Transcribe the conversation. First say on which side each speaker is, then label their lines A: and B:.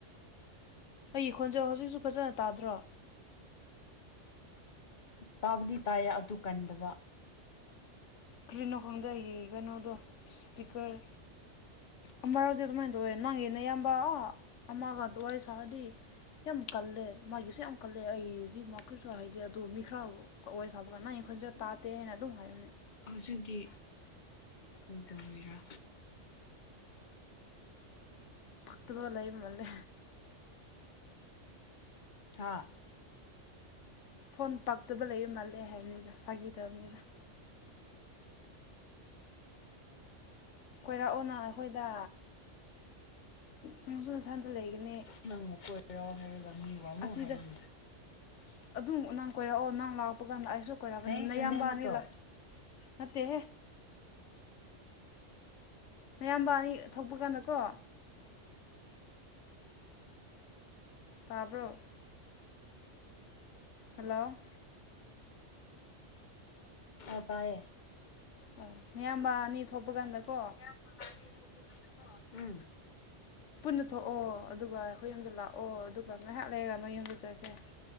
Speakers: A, on the left (about 75°); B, on the left (about 45°).
A: ꯑꯩꯒꯤ ꯈꯣꯟꯖꯦꯜ ꯍꯧꯖꯤꯛꯁꯨ ꯐꯖꯅ ꯇꯥꯗ꯭ꯔꯣ
B: ꯇꯥꯕꯗꯤ ꯇꯥꯏꯌꯦ ꯑꯗꯨ ꯀꯟꯗꯕ
A: ꯀ꯭ꯔꯤꯅꯣ ꯈꯪꯗꯦ ꯑꯩꯒꯤ ꯀꯩꯅꯣꯗꯣ ꯏ꯭ꯁꯄꯤꯀꯔ ꯑꯃꯥꯔꯛꯗꯤ ꯑꯗꯨꯃꯥꯏꯟ ꯇꯧꯋꯦ ꯅꯪꯒꯤ ꯅꯌꯥꯝꯕ ꯑꯥ ꯑꯃꯥꯒ ꯑꯗꯨꯋꯥꯔꯤ ꯁꯥꯔꯗꯤ ꯌꯥꯝ ꯀꯜꯂꯦ ꯃꯥꯒꯤꯁꯨ ꯌꯥꯝ ꯀꯜꯂꯦ ꯑꯩꯒꯤꯗꯤ ꯃꯥ ꯀꯔꯤꯁꯨ ꯍꯥꯏꯗꯦ ꯑꯗꯨ ꯃꯤ ꯈꯔ ꯋꯥꯔꯤ ꯁꯥꯕ ꯄ ꯅꯪꯒꯤ ꯈꯣꯟꯖꯦꯜ ꯇꯥꯗꯦ ꯍꯥꯏꯅ ꯑꯗꯨꯝ ꯍꯥꯏꯌꯣꯅꯦ
B: ꯍꯧꯖꯤꯛꯗꯤ ꯀꯩꯗꯧꯔꯤꯔꯥ
A: ꯄꯛꯇꯕ ꯂꯩꯕ ꯃꯥꯂꯦ
B: ꯍꯥ
A: ꯐꯣꯟ ꯄꯛꯇꯕ ꯂꯩꯕ ꯃꯥꯜꯂꯦ ꯍꯥꯏꯕꯅꯤꯗ ꯐꯥꯒꯤ ꯇꯧꯅꯤꯗ ꯀꯣꯏꯔꯛꯑꯣꯅ ꯑꯈꯣꯏꯗ ꯅꯪꯁꯨ ꯅꯊꯟꯗꯥ ꯂꯩꯒꯅꯤ
B: ꯅꯪꯕꯨ ꯀꯣꯏꯔꯣ ꯍꯥꯏꯔꯒ ꯃꯤ ꯋꯥ ꯃꯨꯛ
A: ꯑꯁꯤꯗ
B: ꯍꯥꯏꯌꯤꯅꯦ ꯏꯁ
A: ꯑꯗꯨꯝ ꯅꯪ ꯀꯣꯏꯔꯛꯑꯣ ꯅꯪ ꯂꯥꯛꯄ ꯀꯥꯟꯗ ꯑꯩꯁꯨ ꯀꯣꯏꯔꯛꯀꯅꯤ
B: ꯍꯌꯦꯡ ꯁꯟꯗꯦ
A: ꯅꯌꯥꯝꯕ
B: ꯅꯠꯇ꯭ꯔꯣ
A: ꯑꯅꯤ ꯂꯛ ꯅꯠꯇꯦꯍꯦ ꯅꯌꯥꯝꯕ ꯑꯅꯤ ꯊꯣꯛꯄ ꯀꯥꯟꯗ ꯀꯣ ꯇꯥꯕ꯭ꯔꯣ ꯍꯜꯂꯣ
B: ꯑꯣ ꯇꯥꯌꯦ
A: ꯑꯣ ꯅꯌꯥꯝꯕ ꯑꯅꯤ ꯊꯣꯛꯄ ꯀꯥꯟꯗ ꯀꯣ
B: <unintelligible> ꯎꯝ
A: ꯄꯨꯟꯅ ꯊꯣꯛꯑꯣ ꯑꯗꯨꯒ ꯑꯩꯈꯣꯏ ꯌꯨꯝꯗ ꯂꯥꯛꯑꯣ ꯑꯗꯨꯒ ꯉꯥꯏꯍꯥꯛ ꯂꯩꯔꯒ ꯅꯣꯏ ꯌꯨꯝꯗ ꯆꯠꯁꯦ